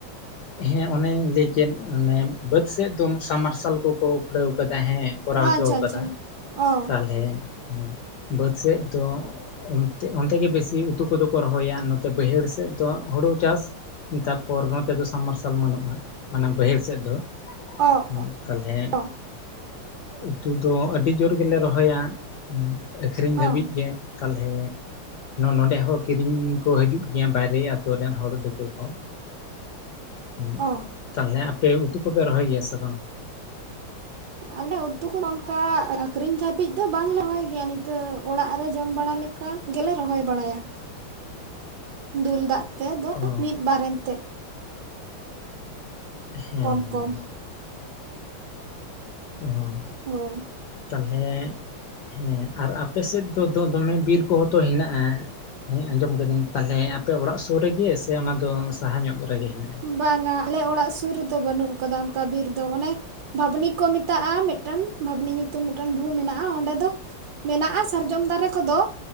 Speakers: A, on the left (about 65°); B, on the right (about 70°).
A: ᱦᱮᱸ, ᱚᱱᱮᱧ ᱞᱟᱹᱭ ᱠᱮᱫ ᱚᱱᱮ ᱵᱟᱹᱫᱽ ᱥᱮᱫ ᱫᱚ ᱥᱟᱢ ᱢᱟᱨᱥᱟᱞ ᱠᱚ ᱠᱚ ᱩᱯᱲᱟᱹᱣ ᱠᱟᱫᱟ ᱦᱮᱸ᱾ ᱠᱚᱨᱟᱣ
B: ᱟᱪᱪᱷᱟ
A: ᱦᱚᱪᱚ
B: ᱟᱪᱪᱷᱟ
A: ᱠᱟᱫᱟ
B: ᱚ
A: ᱛᱟᱦᱞᱮ ᱦᱮᱸ, ᱵᱟᱹᱫᱽ ᱥᱮᱫ ᱫᱚ ᱚᱱᱛᱮ ᱚᱱᱛᱮ ᱜᱮ ᱵᱮᱥᱤ ᱩᱛᱩ ᱠᱚᱫᱚ ᱠᱚ ᱨᱚᱦᱚᱭᱟ ᱱᱚᱛᱮ ᱵᱟᱹᱭᱦᱟᱹᱲ ᱥᱮᱫ ᱫᱚ ᱦᱩᱲᱩ ᱪᱟᱥ ᱛᱟᱨᱯᱚᱨ ᱱᱚᱛᱮ ᱫᱚ ᱥᱟᱢ ᱢᱟᱨᱥᱟᱞ ᱵᱟᱹᱱᱩᱜ ᱠᱟᱜᱼᱟ ᱢᱟᱱᱮ ᱵᱟᱹᱦᱟᱹᱲ ᱥᱮᱫ ᱫᱚ
B: ᱚ
A: ᱦᱚᱸ᱾ ᱛᱟᱞᱦᱮ
B: ᱚ
A: ᱩᱛᱩ ᱫᱚ ᱟᱹᱰᱤ ᱡᱳᱨ ᱜᱮᱞᱮ ᱨᱚᱦᱚᱭᱟ᱾ ᱟᱹᱠᱷᱨᱤᱧ
B: ᱚ
A: ᱫᱷᱟᱹᱵᱤᱡ ᱜᱮ ᱛᱟᱞᱦᱮ ᱱᱚᱰᱮ ᱦᱚᱸ ᱠᱤᱨᱤᱧ ᱠᱚ ᱦᱤᱡᱩᱜ ᱜᱮ ᱵᱟᱭᱨᱮ ᱟᱛᱳ ᱨᱮᱱ ᱦᱚᱲ ᱫᱤᱠᱩ ᱠᱚ᱾ ᱦᱮᱸ,
B: ᱚ
A: ᱛᱟᱞᱦᱮ ᱟᱯᱮ ᱩᱛᱩ ᱠᱚ ᱯᱮ ᱨᱚᱦᱚᱭ ᱜᱮᱭᱟ ᱥᱮ ᱵᱟᱝ?
B: ᱟᱞᱮ ᱩᱛᱩ ᱠᱚ ᱚᱱᱠᱟ ᱟᱠᱷᱨᱤᱧ ᱫᱷᱟᱹᱵᱤᱡ ᱫᱚ ᱵᱟᱝ ᱞᱮ ᱨᱚᱦᱚᱭ ᱜᱮᱭᱟ ᱱᱤᱝᱠᱟᱹ ᱚᱲᱟᱜ ᱨᱮ ᱡᱚᱢ ᱵᱟᱲᱟ ᱞᱮᱠ ᱚᱱᱠᱟ ᱜᱮᱞᱮ ᱨᱚᱦᱚᱭ ᱵᱟᱲᱟᱭᱟ, ᱫᱩᱞ ᱫᱟᱜ ᱛᱮ ᱫᱚ
A: ᱚ
B: ᱢᱤᱫ ᱵᱟᱨ ᱮᱱ ᱛᱮ᱾
A: ᱦᱮᱸ
B: ᱠᱚᱢ
A: ᱦᱮᱸ,
B: ᱠᱚᱢ
A: <unintelligible>
B: ᱦᱳᱭ,
A: ᱛᱟᱞᱦᱮ ᱦᱮᱸ ᱟᱨ ᱟᱯᱮ ᱥᱮᱫ ᱫᱚ ᱫᱚᱢᱮ ᱵᱤᱨ ᱠᱚᱦᱚᱸ ᱛᱚ ᱦᱮᱱᱟᱜᱼᱟ ᱦᱮᱸ ᱟᱸᱡᱚᱢ ᱠᱟᱹᱫᱟᱹᱧ᱾ ᱛᱟᱞᱦᱮ ᱟᱯᱮ ᱚᱲᱟᱜ ᱥᱩᱨ ᱨᱮ ᱜᱮ ᱥᱮ ᱚᱱᱟᱫᱚ ᱥᱟᱦᱟ ᱧᱚᱜ ᱨᱮ ᱜᱮ ᱦᱮᱱᱟᱜᱼᱟ?
B: ᱵᱟᱝᱟ ᱟᱞᱮ ᱚᱲᱟᱜ ᱥᱩᱨ ᱨᱮᱫᱚ ᱵᱟᱹᱱᱩᱜ ᱠᱟᱫᱟ ᱚᱱᱠᱟ ᱵᱤᱨ ᱫᱚ᱾ ᱚᱱᱮ ᱵᱷᱟᱵᱽᱱᱤ ᱠᱚ ᱢᱮᱛᱟᱜᱼᱟ ᱢᱤᱫᱴᱟᱱ ᱵᱷᱟᱵᱽᱱᱤ ᱧᱩᱛᱩᱢ ᱢᱤᱫᱴᱟᱱ ᱵᱩᱨᱩ ᱢᱮᱱᱟᱜᱼᱟ᱾ ᱚᱸᱰᱮ ᱫᱚ ᱢᱮᱱᱟᱜᱼᱟ ᱥᱟᱨᱡᱚᱢ ᱫᱟᱨᱮ ᱠᱚᱫᱚ